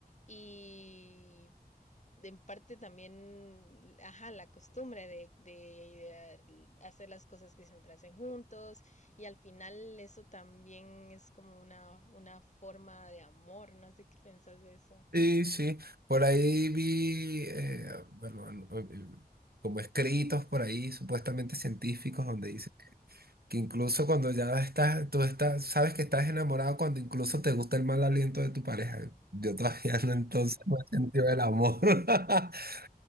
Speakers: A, on the left; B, on the right.
A: y en parte también, ajá, la costumbre de, de, de, hacer las cosas que siempre hacen juntos y al final eso también es como una, una forma de amor, no sé qué pensás de eso.
B: Sí, sí. Por ahí vi, eh, bueno, an- eh, como escritos por ahí, supuestamente científicos, donde dicen que incluso cuando ya estás, tú estás, sabes que estás enamorado cuando incluso te gusta el mal aliento de tu pareja. Yo todavía no entonces no he sentido el amor. <laughs>